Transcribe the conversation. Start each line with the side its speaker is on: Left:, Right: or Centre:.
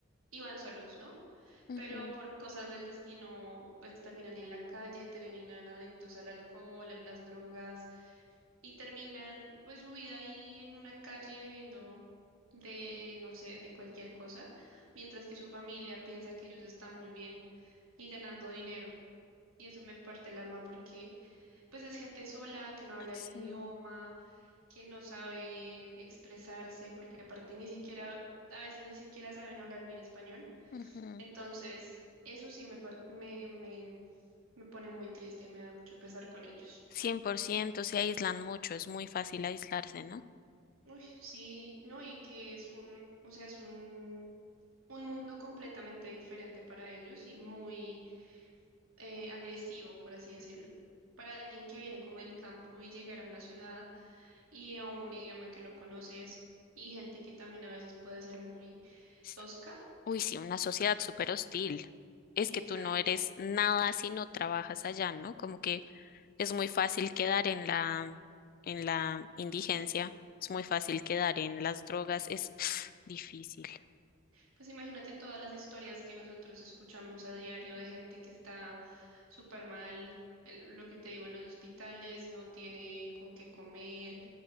Right: y van solos, ¿no?
Left: Ujú,
Right: pero por cosas del destino, pues terminan en la calle, terminan adictos al alcohol, a las drogas y terminan pues su vida ahí en una calle viviendo de, no sé, de cualquier cosa, mientras que su familia piensa que ellos están muy bien y ganando dinero. Y eso me parte el alma porque pues es gente sola, que no habla
Left: Ay, sí.
Right: el idioma, que no sabe expresarse, porque aparte ni siquiera, a veces ni siquiera saben hablar bien español.
Left: Ujú.
Right: Entonces, eso sí me, par- me, me, me pone muy triste y me da mucho pesar con ellos.
Left: cien por ciento se aíslan mucho, es muy fácil aislarse, ¿no?
Right: Uy, sí, no, y que es un, o sea, es un, un mundo completamente diferente para ellos y muy eh, agresivo, por así decirlo. Para alguien que viene como del campo y llegar a una ciudad y a un idioma que no conoces y gente que también a veces puede ser muy
Left: S-
Right: tosca.
Left: Uy, sí, una sociedad súper hostil. Es
Right: Exacto.
Left: que tú no eres nada si no trabajas allá, ¿no? Como que Es muy fácil quedar en la, en la indigencia, es muy fácil quedar en las drogas, es <sniffs> <sighs> difícil.
Right: Pues imagínate todas las historias que nosotros escuchamos a diario de gente que está súper mal, el- lo que te digo en los hospitales, no tiene con qué comer